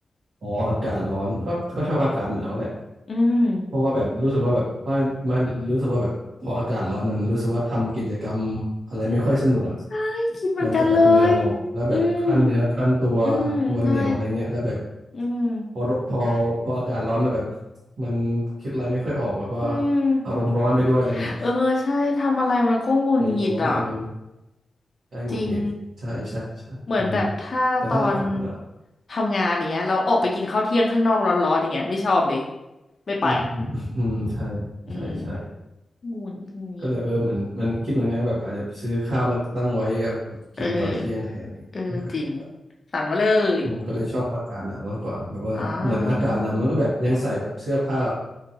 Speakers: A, on the right; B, on the left.
A: อ๋ออากาศร้อนก็ก็ชอบอากาศหนาวแหละ
B: อืม
A: เพราะว่าแบบรู้สึกว่าแบบมันมันรู้สึกว่าแบบพออากาศร้อนมันรู้สึกว่าทำกิจกรรมอะไรไม่ค่อยสนุกอ่ะ
B: ใช่คิดเหมือนกันเลย
A: มันจะแบบเหงื่อออกแล้วแบบครั่นเนื้อครั่นตัวตัวเหนียวอะไรเงี้ยแล้วแบบ
B: อืมอืมใช่อืม
A: พอพอพออากาศร้อนมาแบบมันคิดอะไรไม่ค่อยออกแบบว่า
B: อืม
A: อารมณ์ร้อนไปด้วยอะไรเงี้ย
B: เออใช่ทำอะไรมันก็หงุดหงิดอ่ะ
A: อารมณ์ร้อนเออ ใช่หงุดหงิดใช่ใช่ใช่อืม
B: จริงเหมือนแบบถ้าตอน
A: แต่ถ้าอากาศหนาว
B: ทำงานอย่างเงี้ยเราออกไปกินข้าวเที่ยงข้างนอกร้อนๆอย่างเงี้ยไม่ชอบเลยไม่ไปอ่ะ
A: อืมอืมอืมใช่
B: อืม
A: ใช่ใช่
B: งูนงีน
A: ก็เลยเออมันมันคิดเหมือนกันแบบอาจจะซื้อข้าวมาตั้งไว้เอากินตอนเที่ยงแทนนี่ไม่ค่อยออก
B: เออเออจริงสั่งมาเลย
A: อืมก็เลยชอบอากาศหนาวมากกว่าแบบว่าเหมือนอากาศหนาวมันก็แบบยังใส่แบบเสื้อผ้า
B: อ่า